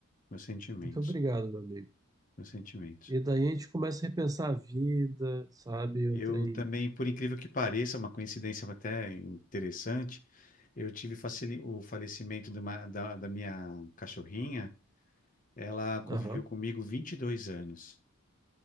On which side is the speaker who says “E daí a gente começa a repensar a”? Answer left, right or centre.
Right